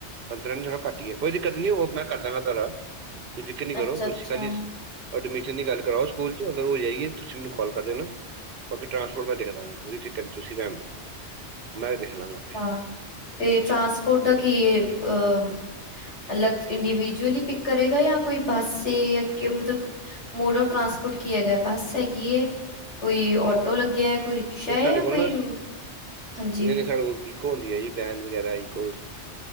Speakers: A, on the right; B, on the left.
A: ਪੰਦਰਾਂ ਨੀਂ ਥੋੜਾ ਘੱਟ ਈਆਂ, ਕੋਈ ਦਿੱਕਤ ਨੀ ਓ ਮੈਂ ਕਰ ਦਾਂਗਾ ਤੋਆਡਾ। ਫਿਕਰ ਨੀਂ ਕਰੋ
B: ਅੱਛਾ
A: ਤੁਸੀ
B: ਅੱਛਾ
A: ਖਾਲੀ ਐਡਮਿਸ਼ਨ ਦੀ ਗੱਲ ਕਰਾਓ ਸਕੂਲ ਚ, ਅਗਰ ਹੋ ਜਾਈਏ ਤੁਸੀਂ ਮੈਨੂੰ ਕਾਲ ਕਰਦੇ ਨਾ ਬਾਕੀ ਟਰਾਂਸਪੋਰਟ ਮੈਂ ਦੇਖਦਾ ਕੋਈ ਫਿਕਰ ਨੀਂ ਤੁਸੀਂ ਰੈਂਣ ਦੋ ਮੈਂ ਲਾਂਗਾ ਆਪੇ
B: ਆਂ ਤੇ ਟਰਾਂਸਪੋਰਟ ਦਾ ਕੀਏ ਅਹ ਅਲੱਗ ਇੰਡੀਵਿਜੂਅਲੀ ਪਿੱਕ ਕਰੇਗਾ ਜਾਂ ਕੋਈ ਬੱਸ ਏ ਜਾਂ ਮਤਲਬ ਮੋਡ ਆਫ ਟਰਾਂਸਪੋਰਟ ਕੀ ਹੈਗਾ, ਬੱਸ ਹੈਗੀ, ਕੋਈ ਆਟੋ ਲੱਗਿਆ, ਕੋਈ ਰਿਕਸ਼ਾ
A: ਨਈਂ
B: ਹੈ
A: ਸਾਡੇ
B: ਜਾਂ
A: ਕੋਲ
B: ਕੋਈ
A: ਨਾ ਨਈਂ-ਨਈਂ
B: ਹਾਂਜੀ
A: ਸਾਡੇ ਕੋਲ ਇਕੋਜ਼ ਹੁੰਦੀ ਐ ਜੀ ਵੈਨ ਵਗੈਰਾ ਇਕੋਜ਼।